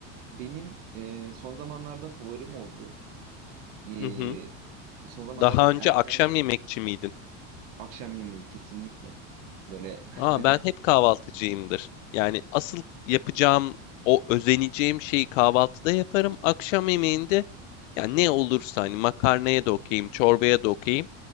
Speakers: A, on the right; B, on the left.
A: benim e, son zamanlarda favorim oldu. E,
B: Hı hı.
A: son zamanlarda
B: Daha
A: hep
B: önce
A: erken
B: akşam yemekçi miydin?
A: akşam yemeği kesinlikle. Böyle <laughs>
B: Aa, ben hep kahvaltıcıyımdır. Yani asıl yapacağım o özeneceğim şeyi kahvaltıda yaparım. Akşam yemeğinde ya ne olursa hani makarnaya da okeyim, çorbaya da okeyim.